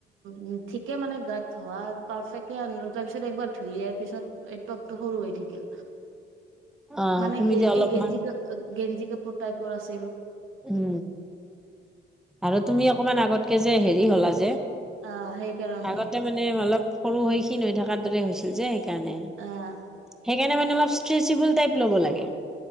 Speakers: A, on the right; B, in the centre.
A: উম ঠিকে মানে গাত হোৱা পাৰফেক্ট <unintelligible> আনিলো তাৰ পিছত একবাৰ ধুই দিয়াৰ পিছত এই টপটো সৰু হৈ থাকিল।
B: অ
A: মানে
B: তুমি
A: গে
B: যে অলপমান
A: এই গেঞ্জি কা গেঞ্জি কাপোৰ টাইপৰ আছিল।
B: উম আৰু তুমি অকমান আগতকে যে হেৰি হলা যে
A: আ সেই কাৰণে।
B: আগতে মানে অলপ সৰু হৈ ক্ষীন হৈ থকাৰ দৰে হৈছিল যে সেইকাৰণে,
A: আহ
B: সে এইকাৰণে মানে অলপ ষ্ট্ৰেচিব'ল টাইপ ল'ব লাগে।